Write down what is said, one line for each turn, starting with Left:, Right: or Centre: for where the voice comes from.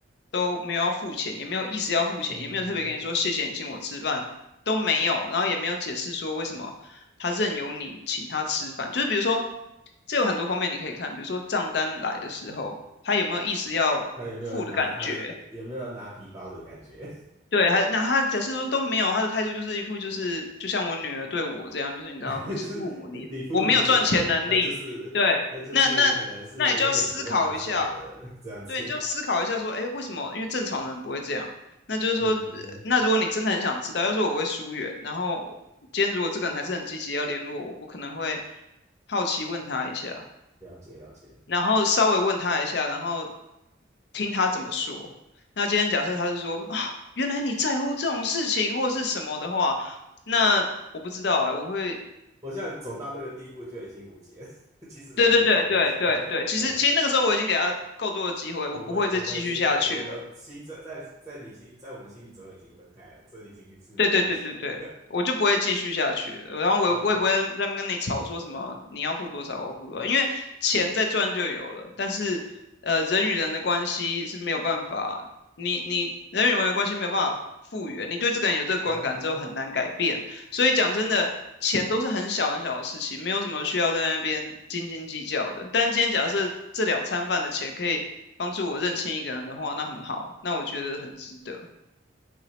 Left: 都没有要付钱，也没有意思要付钱，
Right: 嗯，
Left: 也没有特别跟你说谢谢你请我吃饭都没有，然后也没有解释说为什么他任由你请他吃饭，就是比如说这有很多方面你可以看，比如说账单来的时候，他有没有意思要付的感觉。
Right: 看有没有拿他的，有没有拿皮包的感觉？
Left: 对，还那他假设说都没有，他的态度就是一副就是就像我女儿对我这样，就是你知道你是父母，
Right: <laughs> 就是你不理所当然，
Left: 你我没有赚钱能力，
Right: 那就是那就是可能是永远不会拿出来的人
Left: 对，那那那你就要思考一下，
Right: <laughs>，这样子。
Left: 对，你就要思考一下说，哎，为什么？因为正常人不会这样。那就是说，
Right: 嗯嗯嗯，
Left: 呃那如果你真的很想知道，要是我会疏远，然后今天如果这个人还是很积极要联络我，我可能会好奇问他一下，
Right: 了解了解。
Left: 然后稍微问他一下，然后听他怎么说。那今天假设他是说啊，原来你在乎这种事情或是什么的话，那我不知道哎、我会，
Right: 我现在走到那个地步就已经无解，<laughs> 其实早就已经无解了。
Left: 对对对对对对，
Right: <laughs>
Left: 其实其实那个时候我已经给他够多的机会，
Right: 对，
Left: 我不会再继续下去了。
Right: 我们我们已经分，我们心在在在你心在我们心里中已经分开所以已经是没有戏的。
Left: 对对对对对，我就不会继续下去了。然后我我也不会在那边跟你吵说什么你要付多少，
Right: <laughs> OK，
Left: 我付多少，因为钱再赚就有了。但是呃，人与人的关系是没有办法，你你人与人的关系没有办法复原，你对这个人有这个观感之后很难改变。
Right: 嗯，
Left: 所以讲真的，钱都是很小很小的事情，没有什么需要在那边斤斤计较的。但今天假设这两餐饭的钱可以帮助我认清一个人的话，那很好，那我觉得很值得。